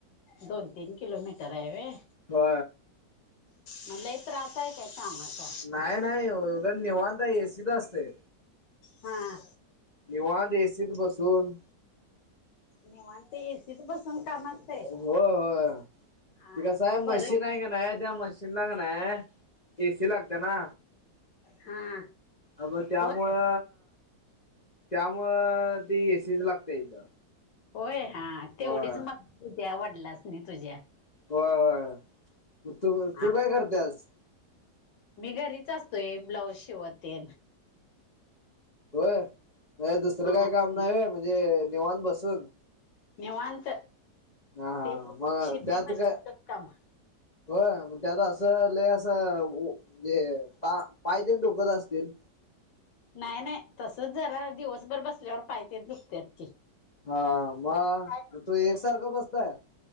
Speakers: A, on the left (about 85°); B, on the left (about 30°).
A: दोन तीन किलोमीटर आहे व
B: हो.
A: म्हणला. त्रास आहे का कामाचा
B: नाही नाही एवढं निवांत आहे एसीत असतय
A: हम्म.
B: निवान एसीत बसून
A: निेवन ते एसीच बसून काम असतय
B: हो हो त
A: हा
B: का साहेब
A: मग बरं
B: मशीन
A: की
B: आहे का नाही त्या मशीन ला का ना. ए सी लागते ना.
A: हा.
B: अ मग त्यामुळं
A: होय
B: त्यामुं ती एसीच लागते इथं.
A: होय हा तेवढीच
B: होय
A: मग तुझ्या आवडलास नाही तुझ्या
B: होय तू
A: हा
B: तू काय करते आज
A: मी घरीच असतोय ब्लाऊज शिवतेन.
B: तोय दुसरं
A: हा
B: काय काम नाही आहे म्हणजे नेवान बसून
A: निवांत.
B: हा हा
A: ते
B: मग
A: शिलाई
B: त्यात
A: मशीनच
B: काय?
A: काम
B: हो मग त्यात असं लले असंजे पायदन धोकत असतील.
A: नाही नाही तसच जरा दिवसभर बसल्यावर पाहती दुखतेत की
B: हा मग
A: काय करतोय?
B: मग तू एकसारखं बसताय.